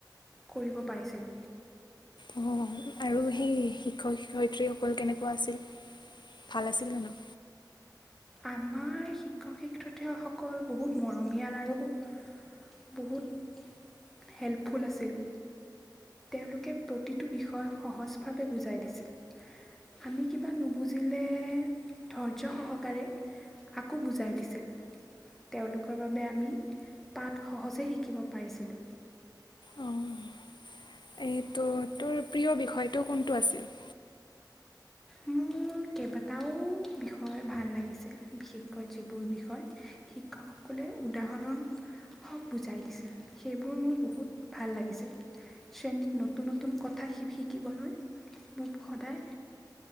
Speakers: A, in the centre; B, on the left.
A: কৰিব পাৰিছিলোঁ।
B: অ' আৰু সেই শিক্ষক শিক্ষয়িত্ৰীসকল কেনেকুৱা আছিল ভাল আছিল জানো?
A: আমাৰ শিক্ষক শিক্ষয়িত্ৰীসকল বহুত মৰমীয়াল আৰু বহুত হেল্পফুল আছিল তেওঁলোকে প্ৰতিটো বিষয় সহজভাৱে বুজাই দিছিল আমি কিবা নুবুজিলে ধৈৰ্য সহকাৰে আকৌ বুজাই দিছিল তেওঁলোকৰ বাবে আমি পাঠ সহজে শিকিব পাৰিছিলোঁ
B: অ' এইটো তোৰ প্ৰিয় বিষয়টো কোনটো আছিল?
A: মোৰ কেইবাটাও বিষয় ভাল লাগিছিল বিশেষকৈ যিবোৰ বিষয় শিক্ষকসকলে উদাহৰণ হক বুজাই দিছিল সেইবোৰ মোৰ বহুত ভাল লাগিছিল শ্ৰেণীত নতুন নতুন কথা শিকিবলৈ মোক সদায়